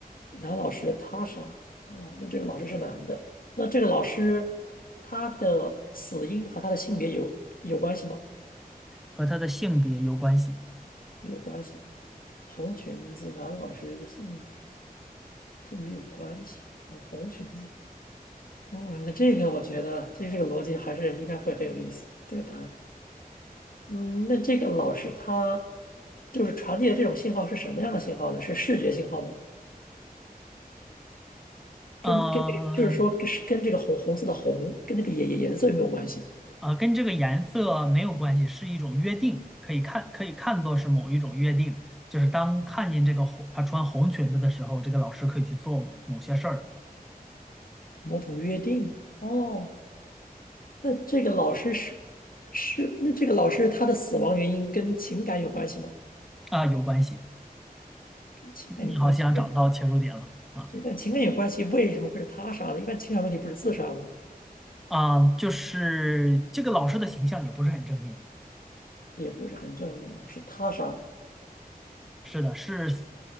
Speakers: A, on the left; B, in the centre.
A: 男老师他杀，哦，那这个老师是男的，那这个老师他的死因和他的性别有有关系吗？
B: 和他的性别有关系。
A: 有关系，红裙子男老师性别。好像没有关系。红红裙子，嗯，那这个我觉得这这个逻辑还是应该会很有意思。这个答案，嗯，那这个老师他就是传递的这种信号是什么样的信号呢？是视觉信号吗？跟跟这就是说跟跟这个红红色的红跟这个颜颜色有没有关系？
B: 嗯、啊、呃跟这个颜色没有关系，是一种约定，可以看可以看作是某一种约定，就是当看见这个红，他穿红裙子的时候，这个老师可以去做某某些事儿。
A: 某种约定？哦，那这个老师是是那这个老师他的死亡原因跟情感有关系吗？
B: 啊，有关系。
A: 跟情感有关系，
B: 你好像找到切入点了啊
A: 但对，但情感有关系，为什么会是他杀的？一般情感问题不是自杀吗？
B: 啊，就是这个老师的形象也不是很正面。
A: 也不是很证明哦，是他杀的
B: 是的，是，